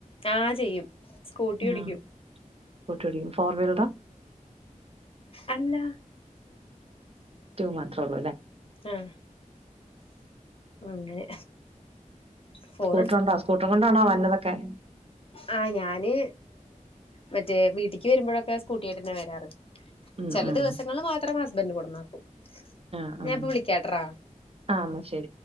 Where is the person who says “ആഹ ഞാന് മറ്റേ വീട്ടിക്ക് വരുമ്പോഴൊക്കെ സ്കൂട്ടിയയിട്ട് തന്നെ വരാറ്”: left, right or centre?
Left